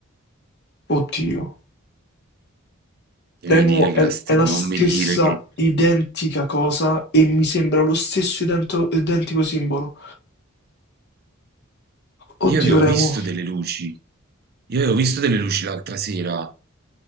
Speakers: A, on the left (about 50°); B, on the right (about 45°).
A: Oddio.
B: Non
A: Remo
B: mi dire che
A: è,
B: la ste-
A: è la
B: non
A: stessa
B: mi dire che...
A: identica cosa e mi sembra lo stesso idento- identico simbolo. Oddio,
B: Io avevo
A: Remo.
B: visto delle luci, io avevo visto delle luci l'altra sera.